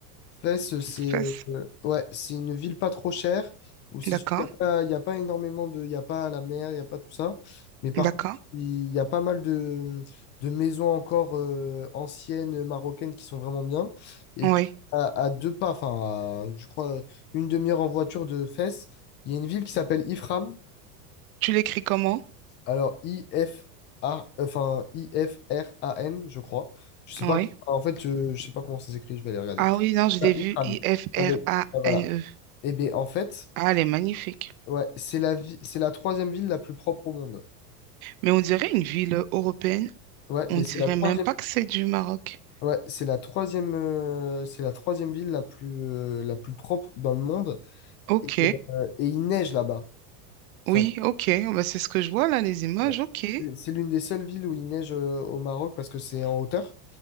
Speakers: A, on the left (about 25°); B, on the right (about 65°).
A: Fès, Fès, c'est
B: Fes,
A: euh, euh, ouais, c'est une ville pas trop chère où c'est
B: d'accord,
A: il y a pas, il y a pas énormément de, il y a pas la mer, il n'y a pas tout ça. Mais par
B: d'accord.
A: contre, il y a pas mal de, de maisons encore euh, anciennes marocaines qui sont vraiment bien. Et
B: Oui.
A: puis à, à deux pas, enfin, à, je crois une demi-heure en voiture de Fès. Il y a une ville qui s'appelle Ifram.
B: Tu l'écris comment?
A: Alors, I-F-A, enfin, I-F-R-A-N, je crois. Je sais
B: Oui.
A: pas, en fait, je, je sais pas comment ça s'écrit, je vais aller regarder.
B: Ah oui, non, je
A: Ah,
B: l'ai vu,
A: Ifram.
B: I-F-R-A-N-E.
A: Avec, ah, voilà. Et bien, en fait,
B: Ah, elle est magnifique.
A: ouais, c'est la vi- c'est la troisième ville la plus propre au monde.
B: Mais on dirait une ville européenne.
A: Ouais,
B: On
A: mais
B: dirait
A: c'est la troisième,
B: même pas que c'est du Maroc.
A: ouais, c'est la troisième, euh, c'est la troisième ville la plus, euh, la plus propre dans le monde.
B: Ok,
A: Et, euh, et il neige là-bas. C'est
B: oui,
A: un
B: ok. Bah, c'est ce que je vois là, les images.
A: Ouais.
B: Ok,
A: C'est c'est l'une des seules villes où il neige euh, au Maroc parce que c'est en hauteur.